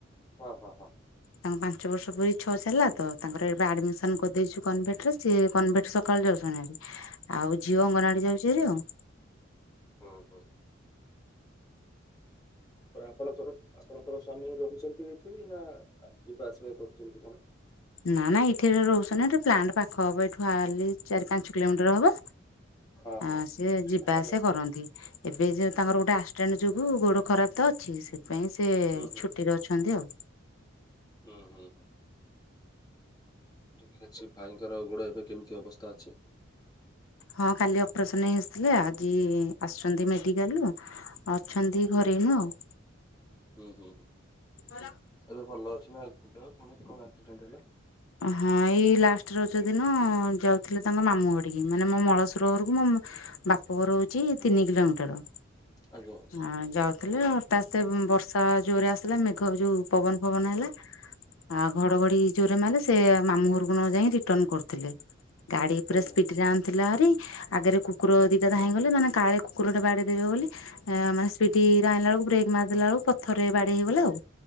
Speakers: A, on the left; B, on the left.
A: ହଁ ହଁ ହଁ।
B: ତାଙ୍କୁ ପାଞ୍ଚ ବର୍ଷ ପୁରୀ ଛଅ ଚାଲିଲା ତ, ତାଙ୍କର ଏବେ ଆଡମିସନ କରିଦେଇଛୁ କନଭେଟରେ ସିଏ କନଭେଟ୍ ସକାଳେ ଯାଉଛନ୍ତି। ଆଉ ଝିଅ ଅଙ୍ଗନଆଡି ଯାଉଛି ହାରି ଆଉ।
A: ହୁଁ ହୁଁ। ତା ଆପଣଙ୍କର ଆପଣଙ୍କର ସ୍ଵାମୀ ରହୁଛନ୍ତି ଏଠି ନା ଯିବା ଆସିବା କରୁଛନ୍ତି କଣ?
B: ନା ନା ଏଠି ରହୁଛନ୍ତି ନା ଏ ପ୍ଲାଣ୍ଟ ପାଖ ହବ ଏଇଠୁ ହାଡଲି ଚାରି ପାଞ୍ଚ କିଲୋମିଟର ହବ।
A: ହଁ
B: ଆଁ
A: ହଁ
B: ସିଏ ଯିବା
A: ହ୍ୟାଲୋ
B: ଆସିବା କରନ୍ତି। ଏବେ ଯ
A: ହୁଁ
B: ତାଙ୍କର ଗୋଟେ ଆସିଡେଣ୍ଟ ଯୋଗୁ ଗୋଡ ଖରାପ ତ ଅଛି ସେଥିପାଇଁ ସେ ଛୁଟି
A: ହୁଁ
B: ଛୁଟିରେ ଅଛନ୍ତି ଆଉ।
A: ହୁଁ ହୁଁ ହୁଁ। ଠିକ ଅଛି ଭାଇଙ୍କର ଗୋଡ ଏବେ କେମିତି ଅବସ୍ଥା ଅଛି?
B: ହଁ କାଲି ଅପରେସନ ହେଇ ଆସିଥିଲେ ଆଜି ଆସୁଛନ୍ତି ମେଡିକାଲରୁୁ। ଅଛନ୍ତି ଘରେ ଏଇନୁ ଆଉ।
A: ହୁଁ ହୁଁ ହୁଁ।
B: ଘର
A: ଏବେ ଭଲ ଅଛି ନା ଦେହନକେମିତି କଣ ଆକ୍ସିଡେଣ୍ଟ ହେଲା?
B: ହଁ ଏଇ ଲାଷ୍ଟ ରଜ ଦିନ ଯାଉଥିଲେ ତାଙ୍କ ମାମୁଁ ଘଡିକି ମାନେ ମୋ ମଳସୁର ଘରକୁ ମୋ ବାପଘର ହଉଛି ତିନି କିଲୋମିଟର।
A: ଆଜ୍ଞା।
B: ଆ ଯାଉଥିଲେ ହଠାତ୍ ବର୍ଷା ଜୋରରେ ଆସିଲା ମେଘ ଯୋଉ ପବନ ଫବନ ହେଲା। ଆଉ ଘଡଘଡି ଜୋରେ ମାଇଲା ସେ ମାମୁଁ ଘରକୁ ନ ଯାଇ ରିଟର୍ଣ କରୁଥିଲେ। ଗାଡି ପୁରା
A: ଆଜ୍ଞା
B: ସ୍ପିଡରେ ଆଣିୁଥିଲା ଆରି ଆଗରେ କୁ କୁକୁର ଦୁଇଟା ଧାଇଁ ଗଲେ ମାନେ କାଳେ କୁକୁରା ବାଡ଼ିେଇ ଦେବେ ବୋଲି। ମାନେ ସ୍ପିଡ ଆଣିଲା ବେଳକୁ ବ୍ରେକ୍ ମାରଦେଲା ବେଳକୁ ପଥରରେ ବାଡେଇ ହେଇଗଲେ ଆଉ